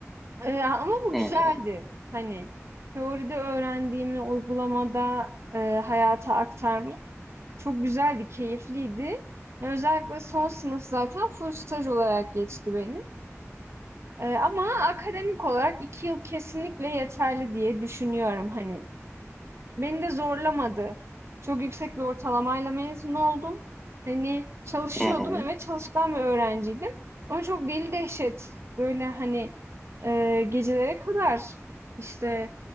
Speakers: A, on the right (about 60°); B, in the centre.
A: Ee, ama bu
B: Hı
A: güzeldi.
B: hı.
A: Hani teoride öğrendiğimi uygulamada e, hayata aktarmak çok güzeldi, keyifliydi. Özellikle son sınıf zaten full staj olarak geçti benim. Eee, ama akademik olarak 2 yıl kesinlikle yeterli diye düşünüyorum hani. Beni de zorlamadı. Çok yüksek bir ortalamayla mezun oldum. Hani çalışıyordum,
B: Hı hı,
A: evet çalışkan bir öğrenciydim. Ama çok deli dehşet böyle hani eee, gecelere kadar işte